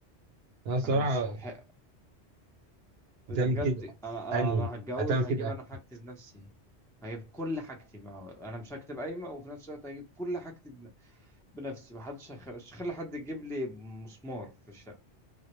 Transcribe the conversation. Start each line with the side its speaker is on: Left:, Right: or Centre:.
Right: انا الصراحة
Centre: انا مش هح...
Right: بتعمل
Centre: ده بجد
Right: كده
Centre: انا انا
Right: اني
Centre: انا هتجوز
Right: هتعمل
Centre: هجيب
Right: كده أني.
Centre: انا حاجتي بنفسي هجيب كل حاجتي بقى. انا مش هكتب قايمه وفي نفس الوقت هجيب كل حاجتي بن- بنفسي محدش هخ- مش هخلي حد يجيب لي مسمار في الشقه